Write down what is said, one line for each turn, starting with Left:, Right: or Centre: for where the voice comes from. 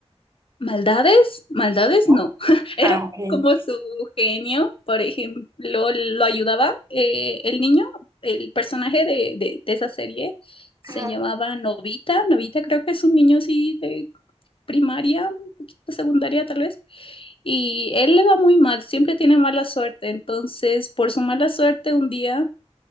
Left: maldades, maldades
Right: ¿no?
Left: no. <laughs> Era
Right: Ah, ok.
Left: como su genio, por ejemplo, lo ayudaba eh, el niño, el personaje de, de, de esa serie. Se
Right: Ajá.
Left: llamaba Novita, Novita creo que es un niño así de primaria, un poquito secundaria tal vez, y él le va muy mal, siempre tiene mala suerte, entonces por su mala suerte un día